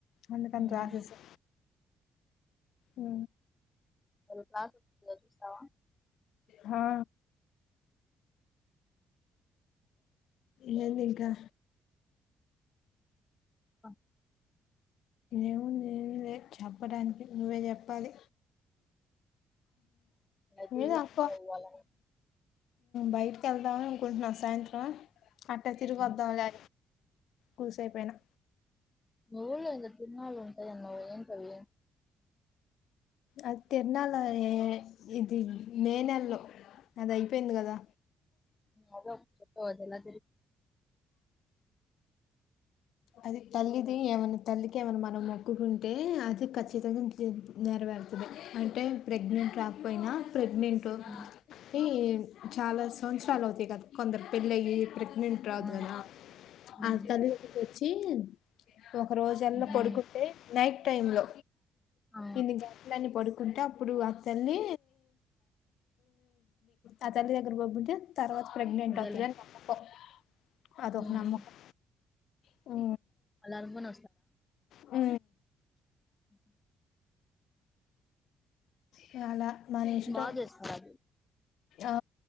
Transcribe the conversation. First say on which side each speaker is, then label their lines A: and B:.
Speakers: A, on the left; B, on the left.
A: అందుకని
B: మ్మ్.
A: రాసేసా ఉ
B: రేపు రాకుర్తిలో చూస్తావా
A: హా ఏంది ఇంకా
B: <inaudible>
A: ఏముంది ఏమిలే చెప్పడానికి నువ్వే చెప్పాలి.
B: నేనైతే
A: మీద
B: ఊరికే
A: అప్ప
B: ఇవ్వాలని
A: బయటికి వెళ్దాం అనుకుంటున్నాం సాయంత్రం అట్టా తిరిగి
B: మ్మ్.
A: వద్దాంలే కూసేపయినా
B: మీ ఊళ్ళో ఏందో తిరనాళ్ ఉంటాయి అన్నావు కదా ఏంటి అవి
A: అది తిరణాలయ ఇది మే నెల్లో అది అయిపోయింది కదా
B: అది చెప్పవ ఎలా
A: అది తల్లిది ఏమైన్నా తల్లికి ఏమన్నా మనం మొక్కుకుంటే అది ఖచ్చితంగా నేరవేరుతది అంటే ప్రెగ్నెంట్ రాకపోయినా ప్రెగ్నెంట్
B: మ్మ్.
A: ఈ చాలా సంవత్సరాలు అవుతాయి కదా కొందరు పెళ్ళి అయ్యి ప్రెగ్నెంట్ తర్వాత
B: ఆ, మ్మ్,
A: అత్తగారి ఇంటికి వచ్చి <unintelligible> ఒక రోజు అల్ల
B: మ్హూ.
A: పడుకుంటే నైట్ టైమ్ లో
B: ఆ,
A: ఇన్ని గంటలని పడుకుంటే అప్పుడు ఆ తల్లి ఆ తల్లి దగ్గర బబ్బుంటే తర్వాత ప్రెగ్నెంట్
B: అదేలే
A: అవుతదని నమ్మకం అదొక
B: మ్మ్.
A: నమ్మకం ఉ
B: అలా అనుకుని
A: ఉ
B: ఉ
A: చాలా మన ఇష్టం
B: బాగా చేస్తారా అది
A: ఆ